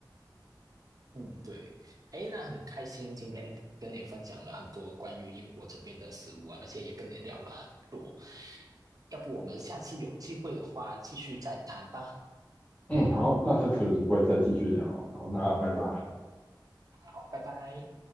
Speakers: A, on the right; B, on the left.
A: 嗯，对，哎，那很开心今天跟你分享了很多关于英国这边的食物啊，而且也跟你聊了很多。要不我们下次有机会的话，继续再谈吧。
B: 嗯，好，那下次有机会再继续聊。好，那拜拜。
A: 好，拜拜。